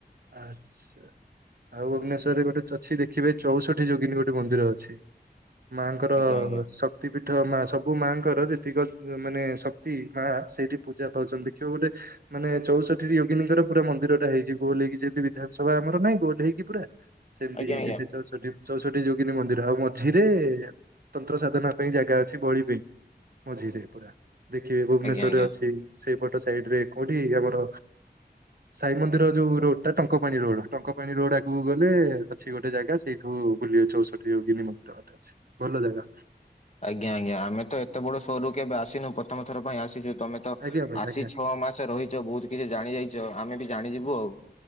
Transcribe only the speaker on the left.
ଆଜ୍ଞା ଆଜ୍ଞା
ଆଜ୍ଞା
ଆଜ୍ଞା
ଆଜ୍ଞା ଆଜ୍ଞା।
ଆଜ୍ଞା ଆଜ୍ଞା ଆମେ ତ ଏତେ ବଡ ସୋରରୁୁ କେବେ ଆସିୁ ପ୍ରଥମଥର ପାଇଁ ଆସିଛୁ ତମେ ତ
ଆସିି
ଛଅ ମାସ ରହିଛ ବହୁତ କିଛି ଜାଣି ଯାଇଛ ଆମେ ବି ଜାଣିଯିବୁ ଆଉ।